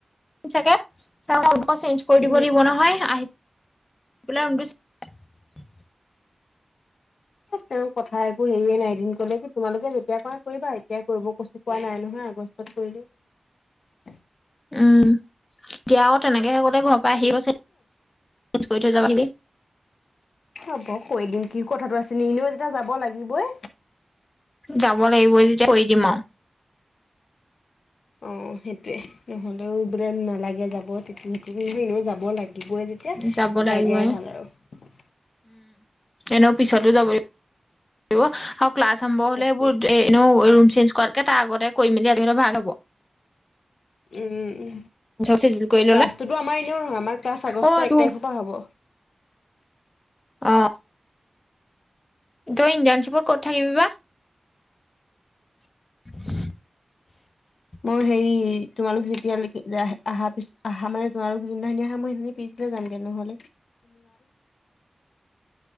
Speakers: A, on the left; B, on the left.
A: াক চ- <inaudible> অকৌ চেঞ্জ কৰি
B: উম
A: দিব লাগিব নহয়, আহ- <unintelligible>
B: তেওঁ কথা একো হেৰিয়ে নাই, এদিন কলে কি- তোমালোকে যেতিয়া কৰা কৰিবা। এতিয়াই কৰিব কৈছো কোৱা নাই নহয়। আগষ্টত কৰিলে হ-
A: উম'' এতিয়া আকৌ তেনেকেহে কলে, ঘৰৰ পৰা আহিব থৈ যাবিবি
B: হ'ব কৈ দিম কি কথাটো আছিলে এনেও যেতিয়া যাব লাগিবই
A: যাব লাগিবই যেতিয়া- কৈ দিম।
B: অ সেইটোৱে নহ'ল বোলে নালাগে যাব, এনে যাব লাগে। থাকিবই যেতিয়া
A: যাব
B: যাই
A: লাগিবই
B: দিয়াই ভাল আৰু।
A: এনে পিছতো যাব লাগিব। ক্লাছ আৰম্ভ হ'লে
B: সেইটোৱে
A: এইবোৰ এনেও চেঞ্জ কৰাতকৈ তাৰ আগতে কৰি মেলি আজৰি হ'লে ভাল হ'ব।
B: উম' উ'
A: চিজিল কৰি
B: ক্লাছটোতো
A: ললে
B: আমাৰ এনেও নহয়, আমাৰ ক্লাছ আগষ্টৰ
A: অ এইটো
B: এক তাৰিখৰ পৰা হ'ব।
A: অ'' জন জান্ঞ্চিপুৰ ক- থাকিবি বা। <unintelligible>
B: মই হেৰি, তোমালোক যেতিয়া লেকে আহা আহা মানে, তোমালোক যোনদিননা আহা মই সেই পিচ যামগে নহলে